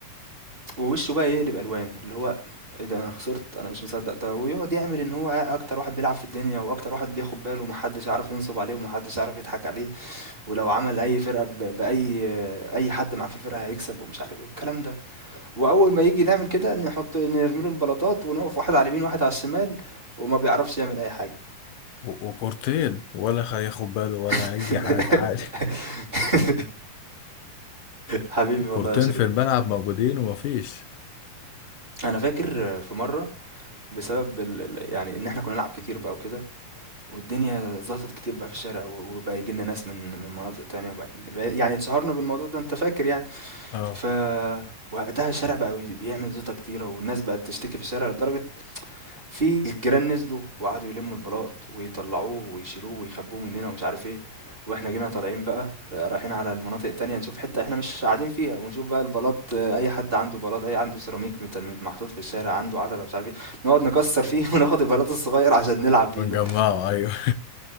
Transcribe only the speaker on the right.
ووشه بقى يقلب الوان اللي هو ايه ده انا خسرت انا مش مصدق ده ويقعد يعمل ان هو اكتر واحد بيلعب في الدنيا واكتر واحد بياخد باله ومحدش عارف ينصب عليه ومحدش عارف يضحك عليه ولو عمل اي فرقه ب- باي اي حد معاه في الفرقه هيكسب ومش عارف ايه والكلام ده واول ما يجي نعمل كده نحط نرمي له البلاطات ونقف واحد على اليمين واحد على الشمال وما بيعرفش يعمل اي حاجه
<laughs>
حبيبي
والله يا شريف
انا فاكر في مره بسبب ال... ال- يعني ان احنا كنا نلعب كتير بقى وكده والدنيا زاطت كتير بقى في الشارع و- وبقى يجي لنا ناس من من مناطق تانية وبقى يعني اتشهرنا بالموضوع ده انت فاكر يعني
ف وقتها الشارع بقى بي- بيعمل زيطة كتيرة والناس بقت تشتكي في الشارع لدرجة في الجيران نزلوا وقعدوا يلموا البلاط ويطلعوه ويشيلوه ويخبوه مننا ومش عارف ايه واحنا جينا طالعين بقى آه، رايحين على المناطق التانية نشوف حتة احنا مش قاعدين فيها ونشوف بقى البلاط آه، اي حد عنده بلاط اي عنده سيراميك مت- مت- محطوط في الشارع عنده عتبة مش عارف ايه نقعد نكسر فيه <laughs> وناخد البلاط الصغير عشان نلعب بيه
ده